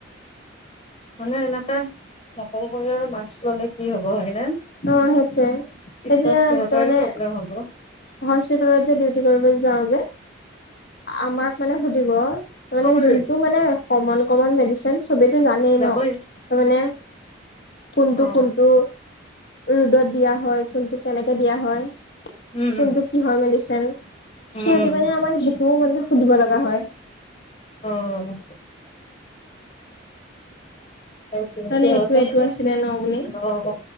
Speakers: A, on the left (about 35°); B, on the left (about 55°).
A: মানে এনেকাে নকল কৰি আৰু মাস্ক ল'লে কি হ'ব হয়নে।
B: অহ' সেইটোৱে
A: পিছত
B: এতিয়া
A: সিহঁতৰে
B: তাৰ মানে
A: প্ৰব্লেম হব
B: হস্পিতালত ডিউটি কৰিব যাওঁ যে। আমাক মানে সুধিব,
A: অ
B: মানে যোনটো মানে কমন কমন মেডিচিন চবিতটো জানেই
A: যাবই
B: ন তাৰমানে কোনটো
A: অ
B: কোনটো। ৰ'দত দিয়া হয়, কোনটোক কেনেকে দিয়া হয়।
A: উম
B: কোনটো
A: উম
B: কিহৰ মেডিচিন সিহঁতি
A: উম
B: মানে আমাক সেইটোও মানে সুধিব লগা হয়।
A: অহ'। আৰু
B: তাৰমানে
A: সিহঁতে
B: এইটো এইটো
A: মানে,
B: আছিলে ন বুলি
A: অহ।